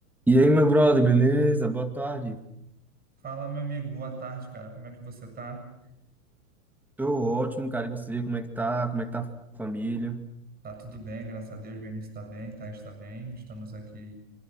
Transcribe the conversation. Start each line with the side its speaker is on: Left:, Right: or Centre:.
Centre: E aí, meu brother, beleza? Boa tarde.
Right: Fala, meu amigo, boa tarde, cara. Como é que você tá?
Centre: Tô ótimo, cara. E você, como é que tá? Como é que tá a família?
Right: Tá tudo bem, graças a Deus. Benício está bem, Thaís está bem. Estamos aqui